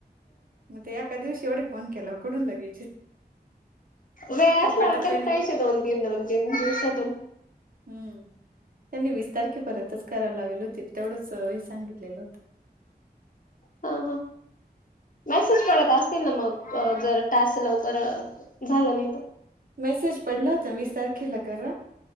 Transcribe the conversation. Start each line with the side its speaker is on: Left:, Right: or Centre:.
Right: मग ते एका दिवशी एवढे फोन केला कडून लगेल
Left: वेळ
Right: टप्प्याटप्प्याने
Left: असला कर रायश दोन तीन दोन तीन दिवसातून
Right: हम्म त्यांनी वीस तारखेपर्यंतच करायला लावली होती तेवढंच हे सांगितलेलं होतं
Left: ह ह मेसेज पडत असतील ना मग जर तास लवकर झालं नाही तर
Right: मेसेज पडला होता वीस तारखेला करा